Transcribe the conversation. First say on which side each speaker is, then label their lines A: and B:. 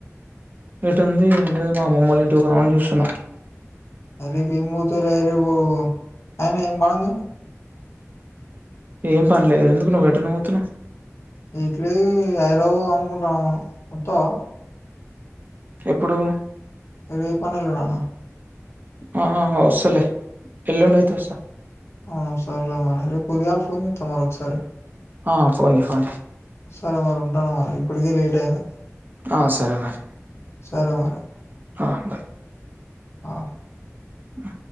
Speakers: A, on the right (about 35°); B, on the left (about 55°).
A: ఏటుంది ఏం లేదు. మా అమ్మమ్మ వాళ్ళ ఇంటికి పోదాం అని చూస్తున్నా.
B: ఆ రేపు ఏం పోతవ్ లే రేపు అయినా ఏం పనుంది.
A: ఏం పనిలేదు ఎందుకు నువ్వు ఎట్టనపోతున్నవ్
B: ఎట్లేదు ఇగ హైదరబాద్ పోదాం అనుకుంటున్నాము. అత్తవా
A: ఎప్పుడూ
B: రేప్ అన్న ఎల్లుడన్న
A: ఆ వస్తలే ఎల్లుండయితే వస్త
B: ఆ సర్లే మరి రేప్ పొద్దుగాల ఫోన్ చేత్తవ మరి ఒకసారి
A: ఆ ఫోన్జెయి ఫోన్జెయి
B: సరే మరి ఉంటాన్న మరి ఇప్పటికే లేట్ అయింది.
A: ఆ సరే మరి
B: సరే మరి
A: ఆ బాయ్
B: ఆ
A: ఆ